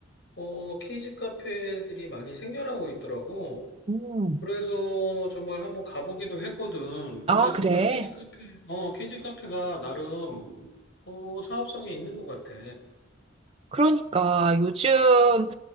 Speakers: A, on the left; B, on the right.
A: 어, 키즈 카페들이 많이 생겨나고 있더라고.
B: 음.
A: 그래서 정말 한번 가보기도 했거든. 근데
B: 아,
A: 정말
B: 그래.
A: 키즈 카페, 어, 키즈 카페가 나름 어, 사업성이 있는 것 같아.
B: 그러니까 요즘